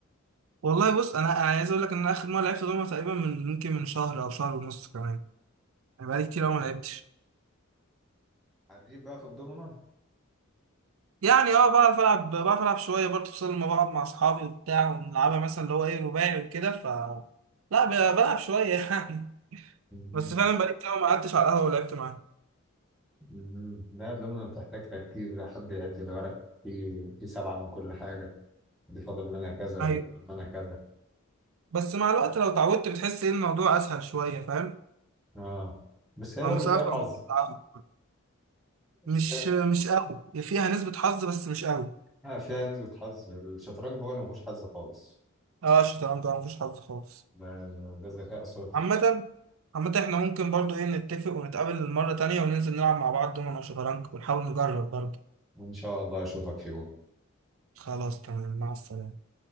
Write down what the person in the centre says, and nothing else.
حريف بقى في الضمنة
مهم.
مهم. لا الدومنة بتحتاج تركيز ده حد يعد الورق في في سبعة من كل حاجة دي فاضل منها كذا ودي
فاضل منها كذا
اه بس هي
برضه
فيها حظ
بس
هي-
اه فيها نسبة حظ الشطرنج هو اللي مفهوش حظ خالص
ده ده ذكاء صرف
وإن شاء الله أشوفك في يوم